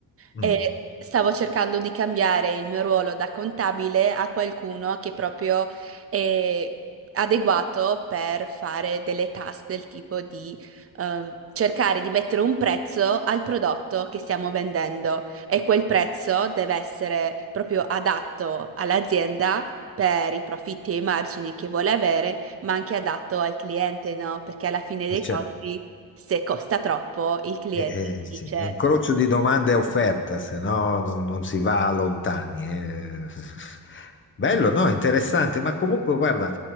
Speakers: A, on the left; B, on the right.
A: Mm,
B: e stavo cercando di cambiare il mio ruolo da contabile a qualcuno che proprio è adeguato per fare delle task del tipo di ehm, cercare di mettere un prezzo al prodotto che stiamo vendendo e quel prezzo deve essere proprio adatto all'azienda per i profitti e i margini che vuole avere, ma anche adatto al cliente, no? Perché alla fine dei
A: eh, certo.
B: conti, se costa troppo, il cliente
A: Eh, eh, sì.
B: dice
A: Incrocio
B: "Mm,
A: di domande e offerta, se no non, non si va lontani. eh. <laughs> Bello, no? Interessante, ma comunque guarda,